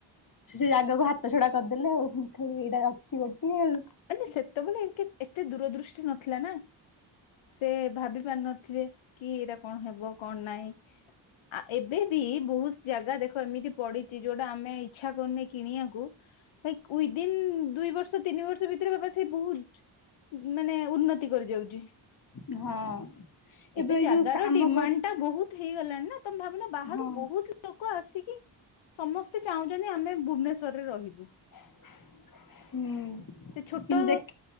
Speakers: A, on the left (about 45°); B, on the left (about 85°).
A: ସେ ସେ ଜାଗାକୁ ହାତ ଛଡା କରିଦେଲେ ଆଉ ମୁଁ ଖାଲି ଏଇଟା ଅଛି ଗୋଟିଏ ଆଉ।
B: ଆ ସେତେବେଳେ ଏତେ ଦୂରଦୃଷ୍ଟି ନଥିଲା ନା। ସେ ଭାବି ପାରି ନଥିବେ କି ଏଇଟା କଣ ହେବ କଣ ନାାଇଁ। ଆ ଏବେ ବି ବହୁତ ଜାଗା ଦେଖ ଏମିତି ପଡିଛି ଯୋଉଟା ଆମେ ଇଚ୍ଛା କରୁନେ କିଣିବାକୁ ଭାଇ ୟୁଦିନ ଦୁଇ ବର୍ଷ ତିନି ବର୍ଷ ଭିତରେ ବାବା ସେ ବହୁତୁ ମାନେ ଉନ୍ନତି କରି ଯାଉଛି
A: ହଁ
B: ଏବେ
A: ଏଇ
B: ଜାଗାର
A: ଯୋଉ ଆମ
B: ଡିମାଣ୍ଡ
A: ଘ
B: ଟା ବହୁତୁ ହେଇଗଲାଣି ନା ତମେ ଭାବୁନ ବାହାରୁ
A: ହଁ
B: ବହୁତୁ ଲୋକ ଆସିକି ସମସ୍ତେ ଚାହୁଁଛନ୍ତି ଆମେ ଭୁବନେଶ୍ଵରରେ ରହିବୁ।
A: ହୁଁ।
B: ସେ ଛୋଟ
A: କିନ୍ତୁ ଦେଖ